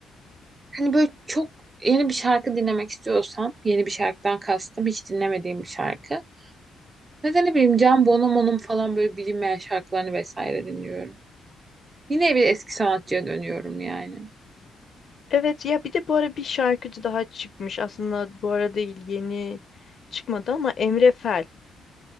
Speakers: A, on the right; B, on the left.
A: hani böyle çok yeni bir şarkı dinlemek istiyorsam, yeni bir şarkıdan kastım hiç dinlemediğim bir şarkı. Mesela ne bileyim Can Bonomo'nun falan böyle bilinmeyen şarkılarını vesaire dinliyorum. Yine bir eski sanatçıya dönüyorum yani.
B: Evet ya bir de bu ara bir şarkıcı daha çıkmış. Aslında bu ara değil yeni çıkmadı ama Emre Fel.